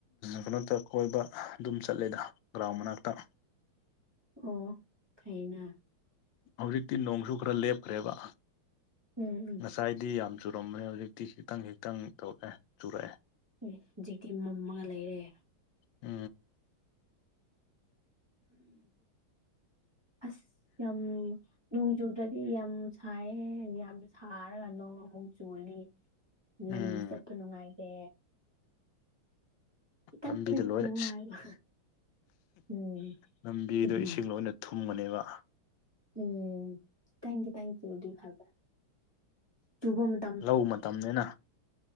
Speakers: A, on the left; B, on the right.
A: ꯀꯩꯅꯣꯠꯇ ꯀꯣꯏꯕ ꯑꯗꯨꯝ ꯆꯠꯂꯦꯗ ꯭ꯔꯥꯎꯃꯅꯥꯇ <unintelligible>
B: ꯑꯣ ꯀꯩꯅ
A: ꯍꯧꯖꯤꯛꯇꯤ ꯅꯣꯡꯁꯨ ꯈꯔ ꯂꯦꯞꯈ꯭ꯔꯦꯕ
B: ꯎꯝ ꯎꯝ
A: ꯉꯁꯥꯏꯗꯤ ꯌꯥꯝ ꯆꯨꯔꯝꯕꯅꯦ ꯍꯧꯖꯤꯛꯇꯤ ꯈꯤꯛꯇꯪ ꯈꯤꯛꯇꯪ ꯇꯧꯔꯛꯑꯦ ꯆꯨꯔꯛꯑꯦ
B: ꯎ ꯍꯧꯖꯤꯛꯇꯤ ꯃꯝꯃꯒ ꯂꯩꯔꯦ
A: ꯎ
B: ꯑꯁꯝ ꯅꯣꯡꯖꯨꯗꯗꯤ ꯌꯥꯝ ꯁꯥꯏꯌꯦ ꯌꯥꯝ ꯁꯥꯔꯒ ꯅꯣꯡ ꯑꯃꯨꯛ ꯆꯨꯔꯗꯤ ꯂꯝꯕꯤ
A: ꯎꯝ
B: ꯆꯠꯄ ꯅꯨꯡꯉꯥꯏꯈꯦ ꯈꯤꯇꯪ
A: ꯂꯝꯕꯤꯗ
B: ꯈꯤꯇꯪ
A: ꯂꯣꯏꯅ
B: ꯆꯨ ꯍꯥꯏꯕ ꯎꯝ
A: ꯂꯝꯕꯤꯗ
B: ꯎꯝ
A: ꯏꯁꯤꯡ ꯂꯣꯏꯅ ꯊꯨꯝꯕꯅꯦꯕ
B: ꯎꯝ ꯊꯀꯤ ꯊꯦꯡꯀꯤꯗꯤ ꯈꯕ ꯇꯕ ꯇꯖꯨꯕ
A: ꯂꯧ ꯃꯇꯝꯅꯤꯅ